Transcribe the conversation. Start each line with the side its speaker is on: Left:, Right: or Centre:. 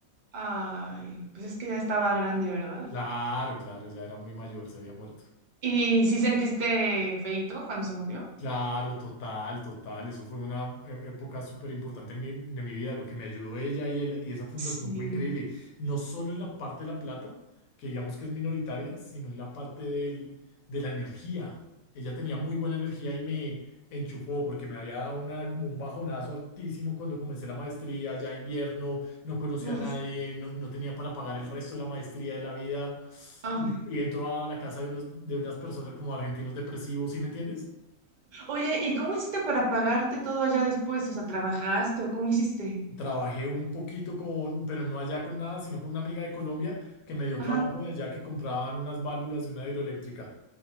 Right: Ay, pues es que ya estaba grande, ¿verdad?
Left: Claro, claro, ya era muy mayor, se había muerto.
Right: ¿Y si sentiste feíto cuando se murió?
Left: Claro, total, total. Eso fue una e- época súper importante de mi, de mi vida. Lo que me ayudó ella y, el- y esa fundación
Right: Sí.
Left: fue increíble. No solo en la parte de la plata, que digamos que es minoritaria, sino en la parte del, de la energía. Ella tenía muy buena energía y me enchufó porque me había dado una, como un bajonazo altísimo cuando comencé la maestría, ya invierno, no conocía
Right: Uf,
Left: a nadie, no, no tenía para pagar el resto de la maestría de la vida.
Right: Ay.
Left: Y, y entró a la casa de, unos, de unas personas como argentinos depresivos, ¿sí me entiendes?
Right: Oye, ¿y cómo hiciste para pagarte todo allá después? O sea, ¿trabajaste o cómo hiciste?
Left: Trabajé un poquito con, pero no allá con nada, sino con una amiga de Colombia que me dio trabajo
Right: Ajá.
Left: de allá que compraban unas válvulas de una hidroeléctrica.